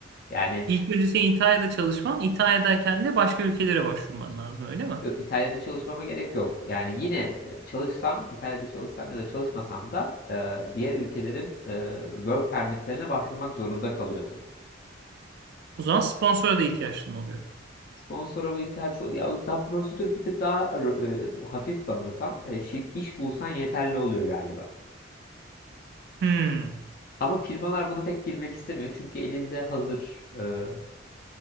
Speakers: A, on the left; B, on the right.
A: Yani
B: İlk önce senin İtalya'da çalışman, İtalya'dayken de başka ülkelere başvurman lazım öyle mi?
A: yo- İtalya'da çalışmama gerek yok. Yani yine e, çalışsam, İtalya'da çalışsam ya da çalışmasam da e, diğer ülkelerin e, work permitlerine başvurmak zorunda kalıyorsun.
B: O zaman sponsora da ihtiyaçın oluyor.
A: Sponsora bu ihtiyaç oluyor. Ya da prosedür bir tık daha e, hafif sanırsam. E, şirk iş bulsan yeterli oluyor galiba.
B: Hmm.
A: Ama firmalar buna pek girmek istemiyor. Çünkü elinde hazır e,